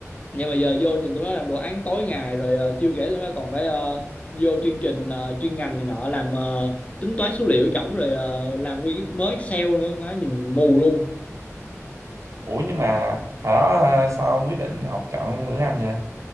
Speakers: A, on the left; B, on the right.
A: nhưng mà giờ vô nhìn tụi nó làm đồ án tối ngày rồi ờ, chưa kể tụi nó còn phải ờ, vô chương trình ờ, chuyên ngành này nọ làm ờ, tính toán số liệu chổng rồi ờ, làm nguyên cái mới Excel nữa má nhìn mù luôn
B: ủa nhưng mà hồi đó à, sao ông quyết định học chọn ngữ Anh vậy